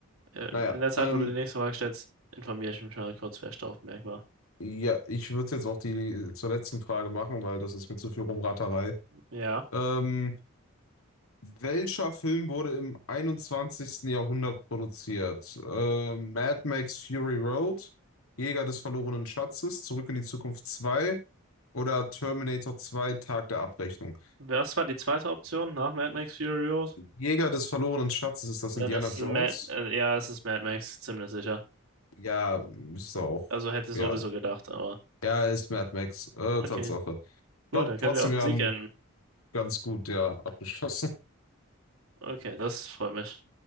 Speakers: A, on the right (about 75°); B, on the left (about 85°).
A: Äh,
B: Naja,
A: in der Zeit,
B: ähm,
A: wo du die nächste Frage stellst, informiere ich mich mal kurz, wer Staufenberg war.
B: ja, ich würde jetzt auch die äh, zur letzten Frage machen, weil das ist mir zu viel Rumraterei.
A: Ja.
B: Ähm, Welcher Film wurde im einundzwanzigsten Jahrhundert produziert? Äh, Mad Max Fury Road, Jäger des verlorenen Schatzes, Zurück in die Zukunft 2 oder Terminator 2 Tag der Abrechnung?
A: Was war die zweite Option nach Mad Max Fury Road?
B: Jäger des verlorenen Schatzes, ist das
A: Dann
B: Indiana
A: ist
B: Jones?
A: es Mad, äh, ja, es ist Mad Max, ziemlich sicher.
B: Ja, müsste auch.
A: Also hätte ich
B: Ja,
A: sowieso gedacht, aber
B: ja, ist Mad Max. Äh, Tatsache.
A: okay.
B: Ich
A: Gut,
B: glaube
A: dann
B: trotzdem,
A: können wir auf den
B: wir
A: Sieg
B: haben
A: enden.
B: ganz gut ja abgeschlossen.
A: Okay, das freut mich.